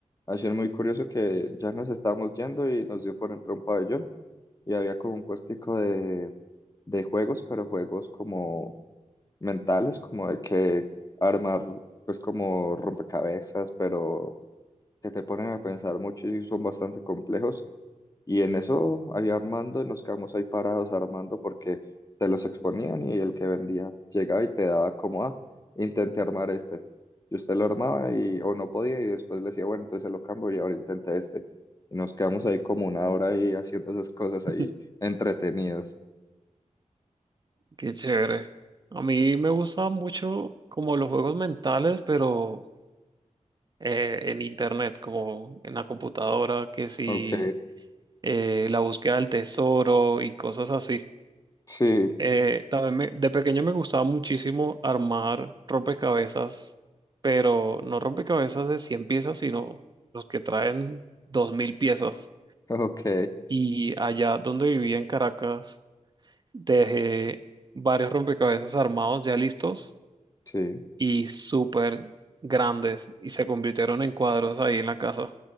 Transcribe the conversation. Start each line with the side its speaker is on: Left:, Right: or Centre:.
Left: ha sido muy curioso que ya nos estábamos yendo y nos dio por entrar a un pabellón y había como un puestico de, de juegos, pero juegos como mentales, como de que armar, pues como rompecabezas, pero que te ponen a pensar mucho y son bastante complejos. Y en eso ahí armando y nos quedamos ahí parados armando porque te los exponían y el que vendía llegaba y te daba como, ah, intenté armar este. Y usted lo armaba y, o no podía y después le decía, bueno, entonces se lo cambio y ahora intenta este. Y nos quedamos ahí como una hora ahí haciendo esas cosas ahí
Right: <laughs>
Left: entretenidos.
Right: Qué chévere. A mí me gusta mucho como los juegos mentales, pero eh, en internet, como en la computadora, que si
Left: Ok,
Right: eh, la búsqueda del tesoro y cosas así.
Left: sí,
Right: Eh, también me- de pequeño me gustaba muchísimo armar rompecabezas, pero no rompecabezas de 100 piezas, sino los que traen 2000 piezas.
Left: <laughs> ok,
Right: Y allá donde vivía en Caracas, dejé varios rompecabezas armados ya listos
Left: sí.
Right: y súper grandes y se convirtieron en cuadros ahí en la casa.